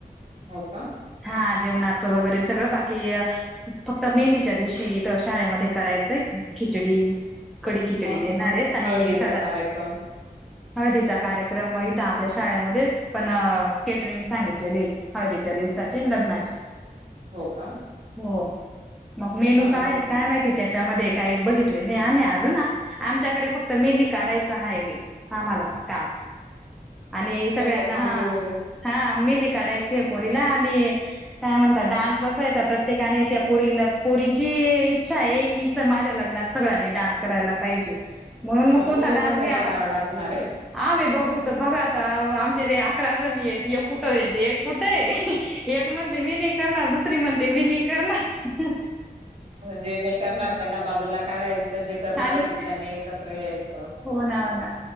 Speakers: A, on the right; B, in the centre.
A: हो का
B: हा जेवणाचं वगैरे सगळं बाकी. फक्त मेहंदीच्या दिवशी तर शाळेमध्ये करायचंय खिचडी. कडी खिचडी
A: मग
B: देणार रे तने
A: हळदीचा
B: एखादा.
A: कार्यक्रम
B: हळदीचा कार्यक्रम इथ आपल्या शाळेमध्येच. पण कॅटरिंग सांगितलेली हळदीच्या दिवसाची लग्नाची.
A: हो का
B: हो मग मेनू
A: चांगलं
B: काय
A: केलं
B: काय माहिती त्या. त्याच्यामध्ये काही बघितले नाही आम्ही अजून ना आमच्याकडे फक्त मेहंदी काढायचं हा मी. आम्हाला काम आणि सगळ्यांना
A: सोपं काम
B: हा.
A: दिलेलं आहे.
B: हा मेहंदी काढायची आहे पोरीला आणि. काय म्हणता. डान्स बसायचा प्रत्येकाने त्या पुरीला पुरीची इच्छा आहे एक. ही स माझ्या लग्नात सगळ्यांनी डान्स करायला पाहिजे. म्हणून मग कोणता
A: तुम्ही
B: डान्स
A: कोणत्या
B: घ्यावा
A: गाण्यावर डाचणार आहे?
B: आमही बघूत बघाात आमचे ते अकराजण आहेत कुठ य एक कुठं आहे एक म्हणते मी नाही करणार दुसरी म्हणते मी नाही करणार
A: जे नाही करणार त्यांना बाजूला काढायचं जे करणार
B: आणि
A: असेल त्यांनी एकत्र यायचं
B: हो ना हो ना